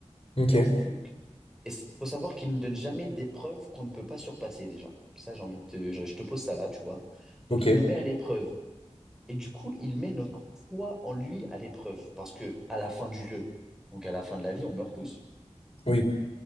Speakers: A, on the left (about 55°); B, in the centre.
A: ok,
B: Et en fou, il faut savoir qu'il ne nous donne jamais d'épreuve qu'on ne peut pas surpasser déjà. Ça, j'ai envie de te, je je te pose ça là, tu vois. Donc,
A: ok,
B: il nous met à l'épreuve. Et du coup, il met notre foi en lui à l'épreuve, parce que à la fin du jeu, donc à la fin de la vie, on meurt tous.
A: oui.